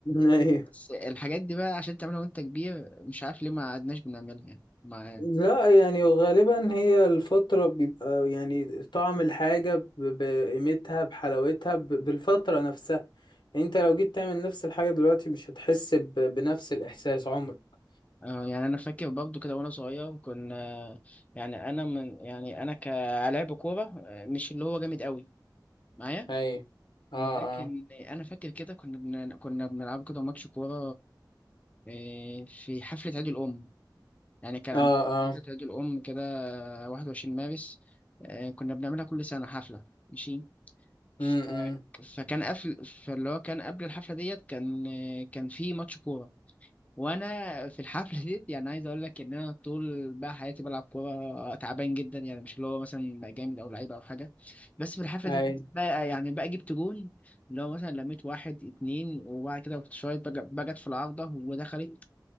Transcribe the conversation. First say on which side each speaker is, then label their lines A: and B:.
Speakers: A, on the left; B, on the left.
A: ايوه
B: بس الحاجات دي بقى عشان تعملها وأنت كبير مش عارف ليه ما قعدناش بنعملها يعني مع
A: لا يعني غالبا هي الفترة بيبقى يعني طعم الحاجة ب- بقيمتها بحلاوتها ب- بالفترة نفسها يعني انت لو جيت تعمل نفس الحاجة دلوقتي مش هتحس ب- بنفس الإحساس عمرك
B: آه يعني أنا فاكر برضه كده وأنا صغير كنا يعني أنا من يعني أنا كلاعب كورة آه، مش اللي هو جامد قوي معايا
A: اي اه
B: ولكن
A: اه
B: أنا فاكر كده كنا بن... كنا بنلعب كده ماتش كورة آه، في حفلة عيد الأم يعني كان
A: اه
B: عندنا
A: اه
B: حفلة عيد الأم كده 21 مارس آه، كنا بنعملها كل سنة حفلة ماشي ف-
A: امم
B: فكان قبل فاللي هو كان قبل الحفلة ديت كان آه، كان في ماتش كورة وأنا في الحفلة ديت يعني عايز أقول لك إن أنا طول بقى حياتي بلعب كورة تعبان جدا يعني مش اللي هو مثلا بقى جامد أو لعيب أو حاجة بس في الحفلة
A: اي
B: دي بقى يعني بقى جبت جون اللي هو مثلا لميت واحد اتنين وبعد كده رحت شايط بقى- بقت في العارضة ودخلت